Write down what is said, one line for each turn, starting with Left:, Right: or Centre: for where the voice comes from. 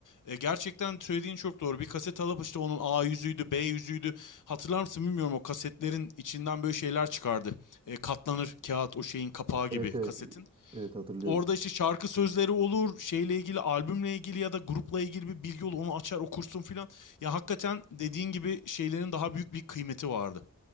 Left: E, gerçekten söylediğin çok doğru. Bir kaset alıp işte onun A yüzüydü, B yüzüydü. Hatırlar mısın bilmiyorum o kasetlerin içinden böyle şeyler çıkardı e, katlanır kağıt o şeyin kapağı gibi
Right: Evet, evet.
Left: kasetin.
Right: Evet hatırlıyorum.
Left: Orada işte şarkı sözleri olur, şeyle ilgili, albümle ilgili ya da grupla ilgili bir bilgi olur. Onu açar okursun filan. Ya hakikaten dediğin gibi şeylerin daha büyük bir kıymeti vardı.